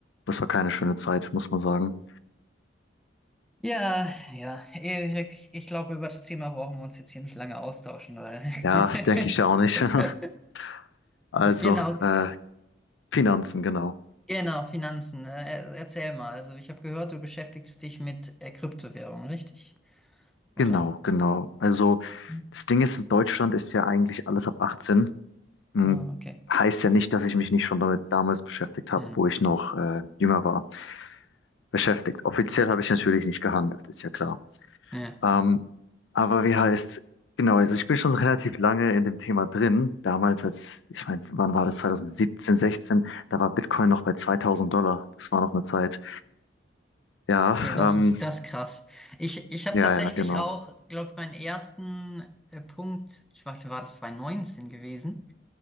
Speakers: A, on the left (about 75°); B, in the centre.
A: das war keine schöne Zeit, muss man sagen.
B: Ja, ja, ich, ich glaube, über das Thema brauchen wir uns jetzt hier nicht lange austauschen, weil.
A: Ja,
B: <laughs>
A: denke ich ja auch nicht. <laughs> Also,
B: Genau,
A: äh, Finanzen, genau.
B: genau, Finanzen. Äh, erzähl mal. Also, ich habe gehört, du beschäftigst dich mit äh, Kryptowährungen, richtig? Oder?
A: Genau, genau. Also,
B: Hm.
A: das Ding ist, in Deutschland ist ja eigentlich alles ab 18. Hm,
B: Ah, okay.
A: Heißt ja nicht, dass ich mich nicht schon damit damals beschäftigt habe,
B: Hm.
A: wo ich noch äh, jünger war. Beschäftigt. Offiziell habe ich natürlich nicht gehandelt, ist ja klar.
B: Hm.
A: Ähm, aber wie heißt, genau, also ich bin schon relativ lange in dem Thema drin. Damals, als, ich meine, wann war das? 2017, 16, da war Bitcoin noch bei 2000 Dollar. Das war noch eine Zeit. Ja,
B: Ja, das
A: ähm,
B: ist das ist krass. Ich, ich habe
A: ja,
B: tatsächlich
A: ja, genau.
B: auch, glaube ich, meinen ersten äh, Punkt, ich warte, war das 2019 gewesen?